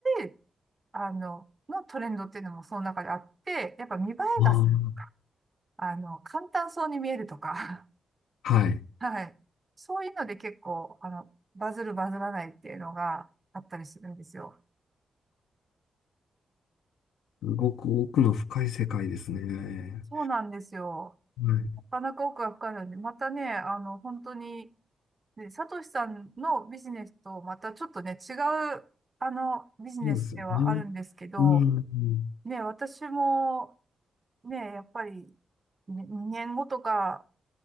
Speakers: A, on the right; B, on the left.
A: で、あの、のトレンドっていうのもその中であって、やっぱ見栄えがするとか、
B: あ
A: あの、簡単そうに見えるとか
B: あ、はい。
A: はい。そういうので結構、あの、バズるバズらないっていうのがあったりするんですよ。
B: すごく奥の深い世界ですね。
A: そうなんですよ。
B: はい。
A: なかなか奥が深いので、またね、あの、本当に、ね、サトシさんのビジネスとまたちょっとね、違う、あの、ビジネスではあるんですけど、
B: そうですよね。うん。
A: ね、私も、ね、やっぱり、ね、年後とか